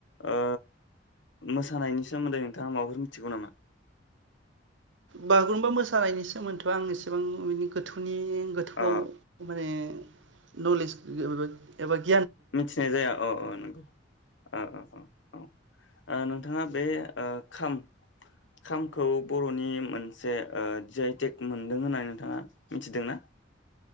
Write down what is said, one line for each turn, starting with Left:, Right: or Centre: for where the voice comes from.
Left: ओ मोसानायनि सोमोन्दै नोंथाङा माबाफोर थिगौ नामा
Right: बागुरुम्बा मोसानायनि सोमोन्दै आं एसेबां मेनि गोथौनि बे गोथौआव
Left: अ
Right: माने न'लेस एबा गि
Left: मिथिनाय जाया औ औ नंगौ औ औ ओ नोंथाङा बे ओ खाम खामखौ बर'नि मोनसे ओ जि आइ टेक मोनदों होननानै नोंथाङा मिथिदों ना?